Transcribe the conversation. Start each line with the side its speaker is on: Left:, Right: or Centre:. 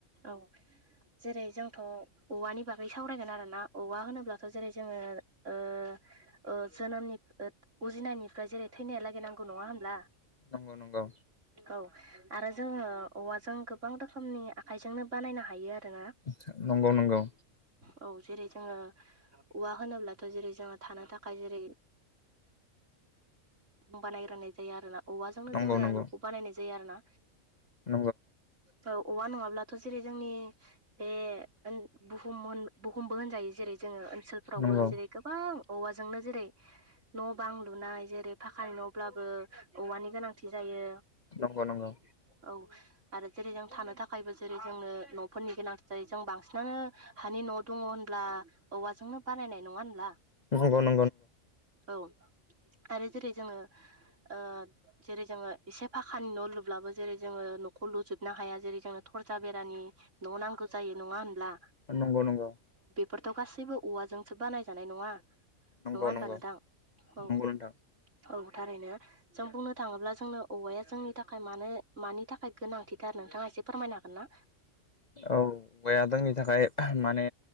Right: औ जेरै जोंथ' औवानि बागै सावरायगोन आरोना औवा होनोब्लाथ' जेरै जोङो ओ ओ जोनोमनि उजिनायनिफ्राय जेरै थैनाया लागैनांगौ नङा होमब्ला?
Left: नंगौ नंगौ
Right: औ आरो जोङो औवाजों गोबां रोखोमनि आखायजोंनो बानायनो हायो जोङो
Left: नंगौ नंगौ
Right: औ जेरै जोङो औवा होनोब्लाथ' जेरै जोङो थानो थाखाय जेरै बानाय रोंनाय जायो आरोना औवाजोंनो
Left: नंगौ
Right: जोङो
Left: नंगौ
Right: न'खौ बानायनाय जायो आरो ना
Left: नंगौ
Right: औ औवा नङाब्लाथ' जेरै जोंनि बे बुहुम बुहुमबो होनजायो जेरै जोङो ओनसोलफोरावबो
Left: नंगौ
Right: जेरै गोबां औवाजोंनो जेरै न' बां लुनाय जेरै फाखानि न'ब्लाबो औवानि गोनांथि जायो।
Left: नंगौ नंगौ
Right: औ आरो जेरै जों थानो थाखायबो जेरै जोंनो न'फोरनि गोनां जायो जों बांसिनानो हानि न' दङ' होनब्ला औवाजोंनो बानायनाय नङा होनब्ला?
Left: नंगौ नंगौ
Right: औ आरो जेरै जोङो ओ जेरै जोंङो एसे फाख <unintelligible> दखाननि न' लुब्लाबो जेरै जोंङो न'खौ लुजोबनो हाया जेरै जोंङोनो थरजा बेरानि न' नांगौ। जायो नङा होनब्ला
Left: नंगौ नंगौ
Right: फोरथ' गासैबो औवाजोंसो बानायजानाय नङा
Left: नंगौ
Right: नङाहोनबा
Left: नंगौ
Right: नोंथां औ
Left: नंगौ नोंथां
Right: औ थारैनो जों बुंनो थाङोब्ला जोंनो औवाया जोंनि थाखाय मानो मानि थाखाय गोनांथिथारनो नोंथाङा एसे फोरमायनो हागोन ना?
Left: औ मया जोंनि थाखाय माने